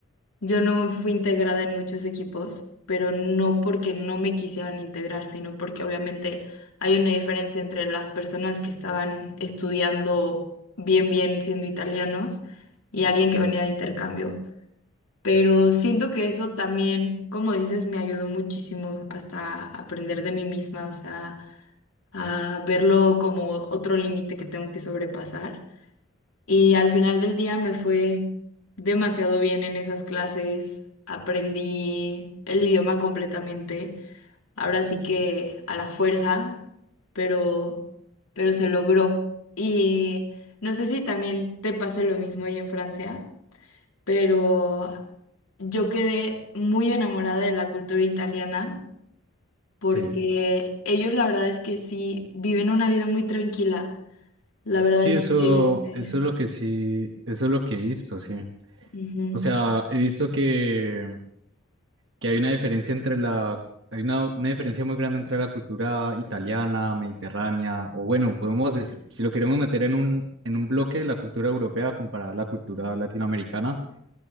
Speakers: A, on the left; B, on the right.
A: yo no fui integrada en muchos equipos, pero no porque no me quisieran integrar, sino porque obviamente hay una diferencia entre las personas que estaban estudiando bien, bien siendo italianos y alguien que venía de intercambio. Pero siento que eso también, como dices, me ayudó muchísimo hasta aprender de mí misma, o sea, a verlo como otro límite que tengo que sobrepasar. Y al final del día me fue demasiado bien en esas clases. Aprendí el idioma completamente. Ahora sí que a la fuerza, pero, pero se logró. Y no sé si también te pase lo mismo ahí en Francia, pero yo quedé muy enamorada de la cultura italiana porque
B: Sí.
A: ellos la verdad es que sí viven una vida muy tranquila. La verdad
B: Sí,
A: es
B: eso,
A: que...
B: eso es lo que sí, eso es lo que he visto, sí.
A: ujú.
B: O sea, he visto que que hay una diferencia entre la, hay una, una diferencia muy grande entre la cultura italiana, mediterránea, o bueno, podemos decir, si lo queremos meter en un, en un bloque, la cultura europea comparada a la cultura latinoamericana,